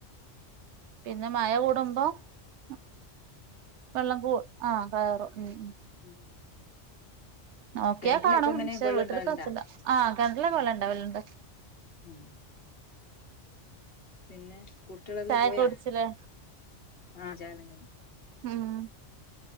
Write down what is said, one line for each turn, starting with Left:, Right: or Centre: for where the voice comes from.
Right: പിന്നെ മഴ കൂടുമ്പോ അഹ് വെള്ളം കൂ ആഹ്, കയറും. ഉം, ഉം
Left: ഉം.
Right: നോക്കിയാ
Left: കിണറ്റിലൊക്കെ
Right: കാണും,
Left: ഇങ്ങനെ
Right: പക്ഷേ
Left: വെള്ളം
Right: വീട്ടില്
Left: ഉണ്ടാവലുണ്ടാ
Right: ക <unintelligible> ചണ്ട.... ആഹ് കിണറ്റിലൊക്കെ വെള്ളണ്ട് വെള്ളണ്ട്
Left: ഉം. പിന്നെ കുട്ട്യളെല്ലാം
Right: ചായൊക്കെ
Left: പോയാ?
Right: കുടിച്ചില്ലേ
Left: ആഹ് ചായലം കഴിഞ്ഞ്
Right: ആഹ്.